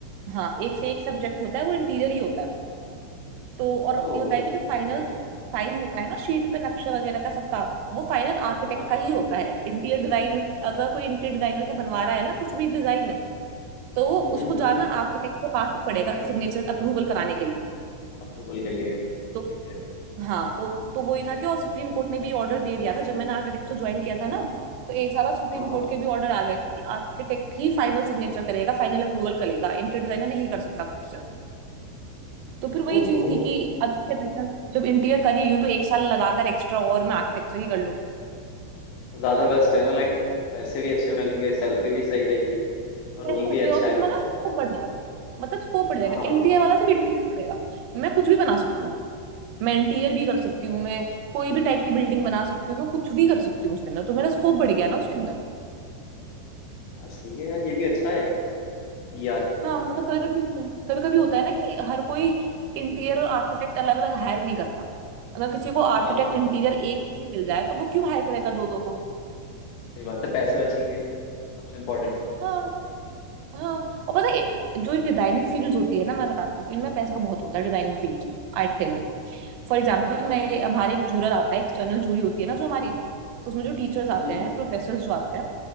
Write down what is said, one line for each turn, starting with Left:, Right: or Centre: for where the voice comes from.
Right: हाँ एक से एक सब्जेक्ट होता है वो इंटीरियर ही होता है तो और
Left: ओ Okay
Right: ये होता है कि जो फाइनल
Left: okay
Right: साइन होता है ना शीट पे नक्शा वगैरह का सबका वो फाइनल
Left: हाँ हाँ
Right: आर्किटेक्ट
Left: हाँ हाँ,
Right: का ही होता है इंटीरियर डिजाइन अगर कोई इंटीरियर डिजाइनर से बनवा रहा है ना कुछ भी डिजाइन तो वो
Left: हम्म
Right: उसको
Left: हम्म
Right: जाना आर्किटेक्ट के पास ही पड़ेगा सिग्नेचर अप्रूवल कराने के लिए
Left: अप्रूवल के लिए ठीक
Right: तो
Left: है
Right: हाँ तो तो वही था कि और सुप्रीम कोर्ट ने भी ऑर्डर दे दिया था जब मैंने आर्किटेक्चर ज्वाइन किया था ना तो एक साल बाद सुप्रीम
Left: हाँ
Right: कोर्ट
Left: हाँ
Right: के भी ऑर्डर आ गए थे कि आर्किटेक्ट ही फाइनल सिग्नेचर करेगा फाइनल अप्रूवल करेगा इंटीरियर डिजाइनर नहीं कर सकता खुद से तो फिर वही
Left: ओहो
Right: चीज थी कि अब इससे बेटर जब इंटीरियर कर ही रही हूँ तो एक साल लगाकर एक्स्ट्रा और मैं आर्किटेक्चर ही कर लूँ
Left: ज्यादा बेस्ट है ना लाइक पैसे भी अच्छे मिलेंगे सैलरी भी सही रहेगी और रोल
Right: ऐसे होंगे
Left: भी अच्छा
Right: और फिर
Left: है वो
Right: तुम्हारा
Left: फिर
Right: स्कोप बढ़ जाता है मतलब स्कोप बढ़ जाएगा
Left: हाँ
Right: इंटीरियर वाला सिर्फ इंटीरियर करेगा मैं कुछ भी बना सकती हूँ मैं इंटीरियर भी कर सकती
Left: ये
Right: हूँ मैं कोई भी टाइप की बिल्डिंग बना सकती हूँ मैं कुछ भी कर सकती हूँ उसके अंदर तो मेरा स्कोप बढ़ गया ना उसके अंदर
Left: यार सही है यार ये भी अच्छा है यार
Right: हाँ मतलब कभी कभी होता है कभी कभी होता है ना कि हर कोई इंटीरियर और आर्किटेक्ट अलग अलग हायर नहीं करता अगर किसी को आर्किटेक्ट
Left: हाँ हाँ
Right: इंटीरियर एक नहीं मिल जाए तो वो क्यों हायर करेगा दो दो को
Left: सही बात है पैसे बचेंगे सबसे इम्पोर्टेंट
Right: हाँ हाँ और पता है जो डिजाइनिंग फील्ड्स होती है ना मैं बताती हूँ इनमें पैसा बहुत होता है डिजाइनिंग फील्ड्स में I tell you for example
Left: अच्छा
Right: मैं हमारे एक जूरर आता है एक्सटर्नल जूरी होती है ना जो हमारी तो उसमें जो टीचर्स
Left: हम्म
Right: आते हैं प्रोफेसर जो आते हैं